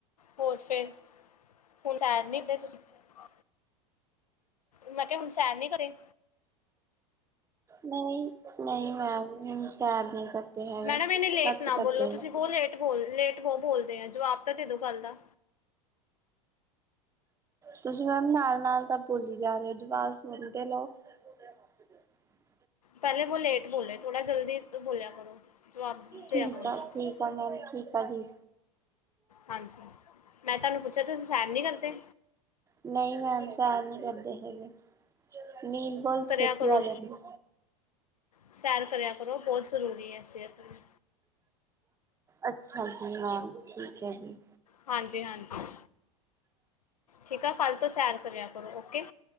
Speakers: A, on the left; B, on the right.
A: ਹੋਰ ਫੇਰ ਹੁਣ ਸੈਰ <unintelligible> ਮੈਂ ਕਿਹਾ ਹੁਣ ਸੈਰ ਨੀ ਕਰੀ
B: ਨਹੀਂ-ਨਹੀਂ ਮੈਮ, ਹੁਣ ਸੈਰ ਨਹੀਂ ਕਰਦੇ ਹੈਗੇ
A: ਮੈਡਮ ਇਹਨੇ ਲੇਟ
B: ਘੱਟ
A: ਨਾ
B: ਕਰਦੇ
A: ਬੋਲੋ
B: ਨੇ।
A: ਤੁਸੀਂ ਬਹੁਤ ਲੇਟ ਬੋਲ ਲੇਟ ਬ ਬੋਲਦੇ ਆ ਜੋ ਆਪ ਤਾ ਤੈਨੂੰ ਕੱਲ ਦਾ
B: ਤੁਸੀਂ ਮੈਮ ਨਾਲ-ਨਾਲ ਤਾਂ ਬੋਲੀ ਜਾ ਰਹੇ ਹੋ ਜਵਾਬ ਸੁਣਦੇ ਲਓ, <unintelligible>
A: ਪਹਿਲੇ ਬੋਲੇ ਥੋੜਾ ਜਲਦੀ ਬੋਲਿਆ ਕਰੋ ਜਵਾਬ ਦਿਆ
B: ਠੀਕ
A: ਕਰੋ ਜਲਦੀ
B: ਆ ਠੀਕ ਆ ਮੈਮ ਠੀਕ ਆ ਜੀ,
A: ਹਾਂਜੀ ਮੈਂ ਤੁਹਾਨੂੰ ਪੁੱਛਿਆ ਤੁਸੀਂ ਸੈਰ ਨਹੀਂ ਕਰਦੇ?
B: ਨਹੀਂ ਕੰਮ ਸਾਰ ਨਹੀਂ ਕਰਦੇ ਹੈਗੇ। ਨੀਦ ਬਹੁਤ
A: ਕਰਿਆ
B: ਛੇਤੀ
A: ਕਰੋ
B: ਆ ਜਾਂਦੀ ਐ
A: ਸੈਰ ਕਰਿਆ ਕਰੋ ਬਹੁਤ ਜ਼ਰੂਰੀ ਹੈ ਸਿਹਤ ਲਈ
B: ਅੱਛਾ ਜੀ ਮੈਮ ਠੀਕ ਹੈ ਜੀ,
A: ਹਾਂਜੀ-ਹਾਂਜੀ ਠੀਕ ਆ ਕੱਲ ਤੋਂ ਸੈਰ ਕਰਿਆ ਕਰੋ ਓਕੇ,